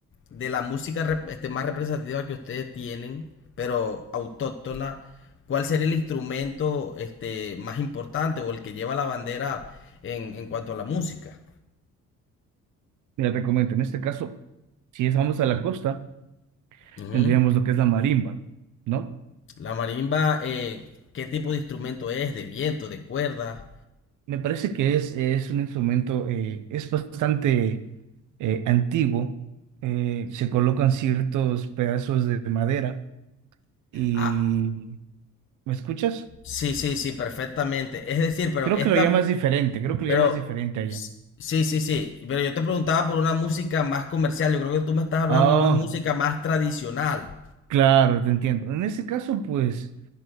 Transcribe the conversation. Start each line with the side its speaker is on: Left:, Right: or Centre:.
Left: de la música rep- este, más representativa que ustedes tienen, pero autóctona, ¿cuál sería el instrumento este, más importante o el que lleva la bandera en, en cuanto a la música?
Right: Mira, te comento, en este caso, si es- vamos a la costa,
Left: Ujú.
Right: tendríamos lo que es la marimba, ¿no?
Left: La marimba, eh, ¿qué tipo de instrumento es? ¿De viento, de cuerda?
Right: Me parece que es, es un instrumento, eh, es bastante eh, antiguo. Eh, se colocan ciertos pedazos de madera y...
Left: Ah,
Right: ¿Me escuchas?
Left: sí, sí, sí, perfectamente. Es decir, pero
Right: Creo
Left: esta,
Right: que lo llamas diferente, creo que
Left: pero
Right: lo llamas diferente allá.
Left: sí, sí, sí. Pero yo te preguntaba por una música más comercial. Yo creo que tú me estás hablando
Right: Ah,
Left: de una música más tradicional.
Right: claro, te entiendo. En ese caso, pues...